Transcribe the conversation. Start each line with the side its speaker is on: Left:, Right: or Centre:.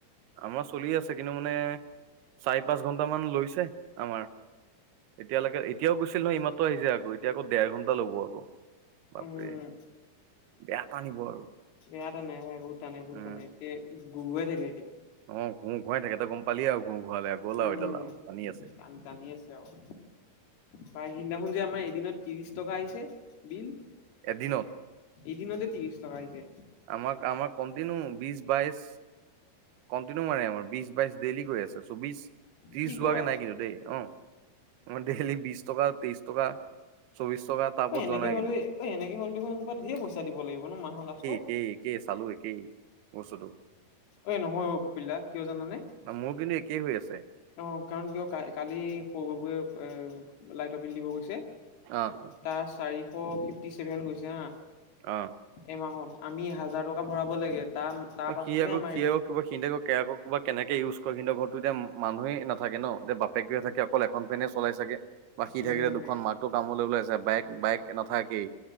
Right: আমাৰ চলি আছে কিন্তু মানে চাৰি পাঁচ ঘন্টা মান লৈছে আমাৰ এতিয়ালৈকে এতিয়াও গৈছিল নহয় এইমাত্ৰ <unintelligible> <inaudible> এতিয়া আকৌ দেৰ ঘণ্টা লব আকৌ বাপেৰে,
Left: উম
Right: বেয়াটানিব আৰু
Left: বেয়া টানে ভাই বহুত
Right: উম
Left: টানে একে গৈয়ে থাকে এতিয়া
Right: অ ঘোৰাই থাকেত গম পালি আৰু ঘোঁ ঘূৰালে আৰু গ'ল
Left: উম,
Right: আৰু এইডাল আৰু টানি আছে
Left: টান টানি আছে আৰু পাই সেইদিনাখনযে আমাৰ এদিনত ত্ৰিশ টকা আহিছে বিল।
Right: এদিনত
Left: এদিনতে ত্ৰিশ টকা আহিছে।
Right: আমাক- আমাক কণ্টিনিউ বিশ বাইশ কন্টিনউ মাৰে আমাৰ বিশ -বাইশ ডেইলি গৈ আছে চৌবিশ। ত্ৰিশ
Left: কি
Right: যোৱাকে
Left: কোৱা?
Right: নাই কিন্তু দেই, অ আমাৰ ডেইলি বিশ টকা, তেইশ টকা। চৌবিশ টকা তাৰ ওপৰত
Left: অ এনেকে
Right: যোৱা নাই
Left: হ'লে
Right: কিন্তু
Left: দেখোনা ঢেৰ পইচা দিব লাগিব ন মাহৰ লাষ্টত।
Right: সেই একেই চালো একেই বস্তুতো
Left: এ নহয় অ কপিলদা কিয় জানানে?
Right: মোৰ কিন্তু একেই হৈ আছে
Left: অ কাৰণ কিয় কালি সৰু বাবুএ লাইটৰ বিল দিব গৈছে
Right: অ
Left: তাৰ চাৰিশ ফিফটি ছেভেন গৈছে হা
Right: অ
Left: এমাহত আমি হাজাৰ টকা ভৰাব লাগে। তাৰ তাৰ পাছতহে
Right: সি আকৌ
Left: আমাৰ
Right: কিবা
Left: হেৰি।
Right: সিতে আকৌ কিবা কেনেকে ইউজ কৰেহি সিহঁতৰ ঘৰতো এতিয়া মানুহে নাথাকে ন এতিয়া বাপেকক থাকে অকল এখন ফেনে চলাই চাগে, বা সি
Left: উম।
Right: থাকিলে দুখন, মাকটো কামলৈ ওলাই যায়। বাইক বায়েকে নাথাকেই।